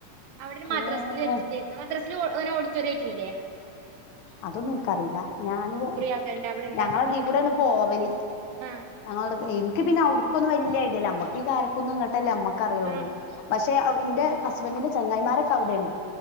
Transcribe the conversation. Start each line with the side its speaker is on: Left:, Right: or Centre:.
Right: അവ്ടെ ഒരു മദ്രസ്
Left: ഏഹ്
Right: ല് വെച്ച്ട്ടേര്ന്ന് മദ്രസ ല് ഓ ങ്ങനെ ഓഡിറ്റോറിയായിറ്റില്ലേ
Left: അതൊന്നും ഇൻക്കറിയിലാ ഞാന്
Right: ആക്കണ്ട് അവിടെയാണ്
Left: ഞങ്ങളതീക്കൂടെണ്
Right: പത്തിപ്പിരിയൊക്കെ
Left: പോവല്
Right: ആഹ്
Left: ഞങ്ങളവ്ട്ക്ക് ഇൻക്ക് പിന്നെ അവിട്ക്കൊന്നും വല്യെ ഐഡിയ ഇല്ല അമ്മക്ക് ഈ കാരക്കുന്നും ഇങ്ങട്ടല്ലേ അമ്മക്ക് അറിയുള്ളു
Right: ആഹ്
Left: പക്ഷെ ഇന്റെ ഹസ്ബൻഡിന്റെ ചെങ്ങായിമാരൊക്കെ അവിടെണ്